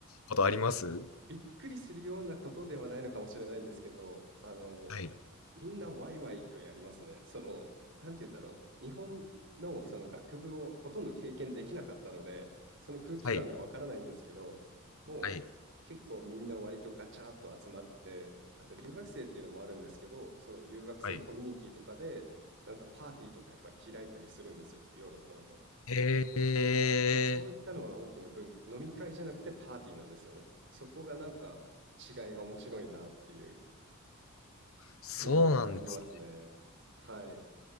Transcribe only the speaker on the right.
びっくりするようなことではないのかもしれないんですけど、あの
みんなワイワイとやりますね。その、なんて言うんだろう。日本のその学部をほとんど経験できなかったので、その空気感がわからないんですけど、
もう結構みんな割とガチャっと集まって、
あと留学生っていうのもあるんですけど、その留学生コミュニティとかで、
なんかパーティーとかやっぱり開いたりするんですよ、ヨーロッパだと。
そういったのは大きな文化、飲み会じゃなくてパーティーなんですよね。そこがなんか違いが面白いなっていう
風に感じますね。はい。